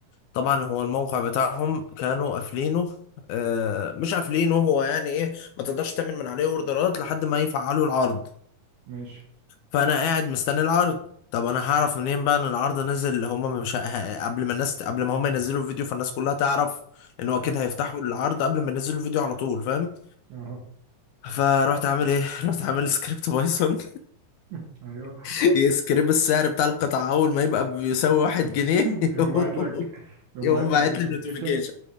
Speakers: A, on the left; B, on the right.
A: طبعا هو الموقع بتاعهم كانوا قافلينه آه مش قافلينه هو يعني ايه ما تقدرش تعمل من عليه اوردرات لحد ما يفعلوا العرض
B: ماشي
A: فانا قاعد مستني العرض طب انا هعرف منين بقى ان العرض نزل هما مش ه- قبل ما الناس قبل ما هما ينزلوا الفيديو فالناس كلها تعرف ان هو اكيد
B: اه
A: هيفتحوا العرض قبل ما ينزلوا الفيديو على طول فاهم
B: اه
A: فرحت عامل ايه <laughs> رحت عامل سكريبت بايثون
B: <laughs> ايوه
A: <laughs> يسكريب السعر بتاع القطعة اول ما يبقى بيساوي واحد
B: <laughs>
A: جنيه <laughs> يقوم
B: يقوم باعت لك يقوم
A: يقوم
B: باعت
A: باعت
B: لك نوتيفيكيشن
A: لي نوتيفيكيشن